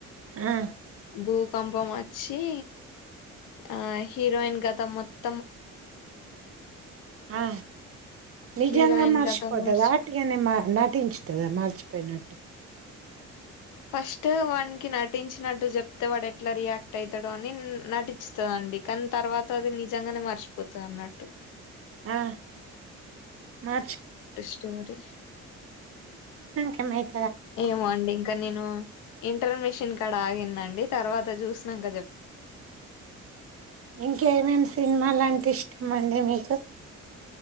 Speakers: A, on the right; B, on the left.
A: ఆ
B: భూకంపం వచ్చి ఆ హీరోయిన్ గతం మొత్త
A: ఆ నిజంగా
B: హీరోయిన్
A: మర్చిపోతుందా.
B: గతం మర్చి
A: అట్టిగానే నటించుతుందా మర్చిపోయినట్టు
B: ఫస్ట్ వాడినికి నటించినట్టు చెప్తే వాడు ఎట్లా రియాక్ట్ అవుతాడు అని నటించుతందండి. కానీ తర్వాత అది నిజంగానే మర్చిపోతుంది అన్నట్టు
A: ఆ మర్చి
B: స్టోరి
A: కమ <unintelligible>
B: ఏమోండి ఇంకా నేను ఇంటర్ మిషిన్ కడ ఆగిందండి. తర్వాత చూసినక
A: ఇంకేమేం సినిమా లాంటే మండి మీకు